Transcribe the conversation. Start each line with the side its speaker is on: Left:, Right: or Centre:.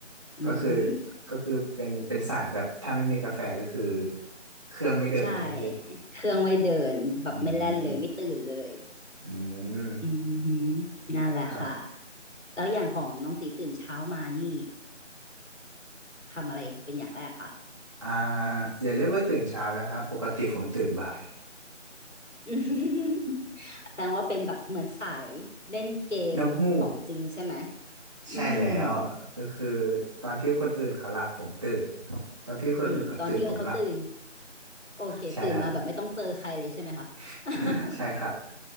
Left: อือหือ
Right: ก็คือก็คือเป็นเป็นสายแบบถ้าไม่มีกาแฟก็คือเครื่องไม่เดินใช่ไหมพี่
Left: ใช่เครื่องไม่เดินแบบไม่แล่นเลยไม่ตื่นเลย
Right: อืมอืม
Left: อือหือนั่นแหละค่ะ
Right: ครับ
Left: แล้วอย่างของน้องตีตื่นเช้ามานี่ ทำอะไรเป็นอย่างแรกค่ะ
Right: อ่าอย่าเรียกว่าตื่นเช้าแล้วครับปกติผมตื่นบ่าย
Left: <laughs> แสดงว่าเป็นแบบเหมือนสายเล่นเกมของจริงใช่ไหม
Right: <laughs> นกฮูกใช่แล้วก็คือ
Left: อืม
Right: ตอนที่คนอื่นเขาหลับผมตื่นตอนที่คนอื่นเขาตื่นผมหลับ
Left: อืมตอนที่เขาตื่นโอเคตื่นมาแบบไม่ต้องเจอใครเลยใช่ไหมคะ
Right: ใช่แล้วล่ะ <laughs>
Left: <laughs>
Right: ใช่ครับ